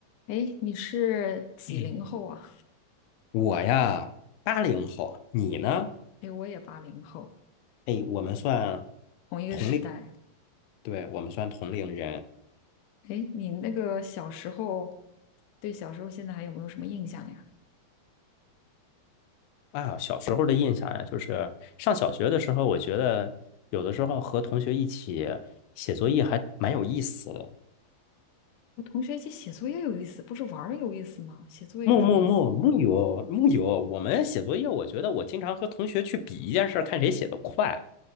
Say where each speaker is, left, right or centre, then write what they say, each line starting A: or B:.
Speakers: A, on the left (about 70°); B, on the left (about 85°).
A: 哎，你是几零后啊？
B: 嗯，我呀，八零后，你呢？
A: 哎，我也八零后，
B: 哎，我们算
A: 同一个时代。
B: 同龄，对，我们算同龄人
A: 哎，你那个小时候，对小时候现在还有没有什么印象呀？
B: 啊。小时候的印象呀，就是上小学的时候，我觉得有的时候和同学一起写作业还蛮有意思的。
A: 和同学一起写作业有意思，不是玩儿有意思吗？写作业有什么意思
B: 木木木木有木有，我们写作业，我觉得我经常和同学去比一件事儿，看谁写得快。